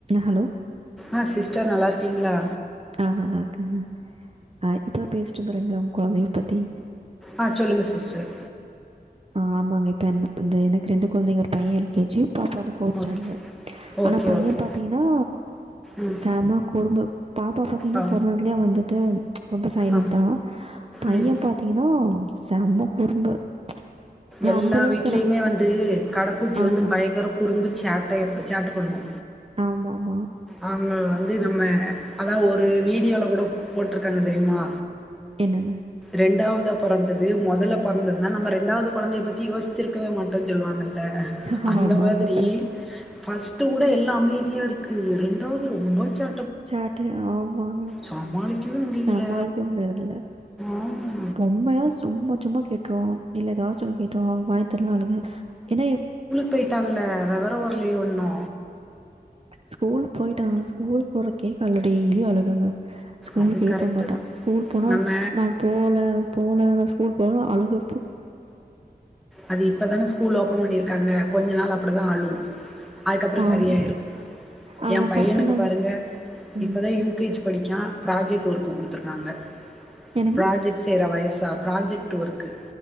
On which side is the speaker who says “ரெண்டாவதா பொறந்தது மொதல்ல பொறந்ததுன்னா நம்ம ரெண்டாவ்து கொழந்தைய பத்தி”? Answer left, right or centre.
Centre